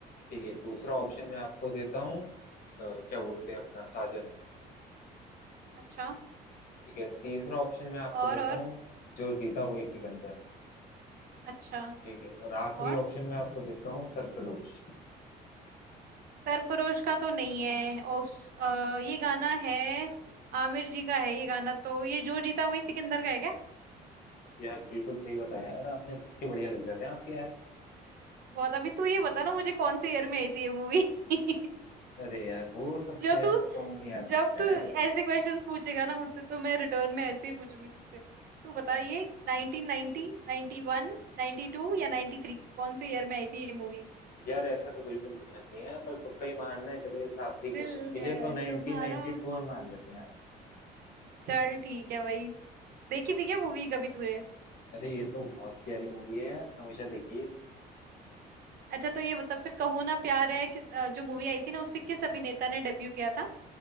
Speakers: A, on the left (about 60°); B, on the right (about 65°).
A: ठीक है दूसरा ऑप्शन मैं आपको देता हूँ अ, क्या बोलते हैं अपना साजन
B: अच्छा
A: ठीक है तीसरा ऑप्शन मैं आपको
B: और
A: देता
B: और
A: हूँ जो जीता वही सिकंदर
B: अच्छा
A: ठीक है और आखिरी
B: और
A: ऑप्शन मैं आपको देता हूँ सरफरोश
B: सरफरोश का तो नहीं है और उस, अ, ये गाना है आमिर जी का है ये गाना तो ये जो जीता वही सिकंदर का है क्या
A: यार बिल्कुल सही बताया यार आपने तुक्के बढ़िया लग जाते हैं आपके यार
B: बहुत अभी तू ये बता ना मुझे कौन से ईयर में आई थी ये मूवी <laughs>
A: अरे यार वो सब
B: जो
A: तो यार
B: तू
A: कौन ही याद
B: जब
A: रखता
B: तू
A: है यार
B: ऐसे क्वेश्चंस पूछेगा ना मुझसे तो मैं रिटर्न में ऐसे ही पूछूंगी तुझसे तू बता ये 1990 91 92 या 93 कौन से ईयर में आई थी ये मूवी
A: यार ऐसा तो बिल्कुल ध्यान नहीं है पर तुक्का ही मारना है चलो इस आखिरी क्वेश्चन
B: दिल
A: के
B: है
A: लिए तो 1992
B: तुम्हारा
A: में मार लेते हैं यार
B: चल ठीक है भाई देखी थी क्या मूवी कभी तूने
A: अरे ये तो बहुत प्यारी मूवी है यार हमेशा देखिए
B: अच्छा तो ये बता फिर कहो ना प्यार है किस अ, जो मूवी आई थी ना उससे किस अभिनेता ने डेब्यू किया था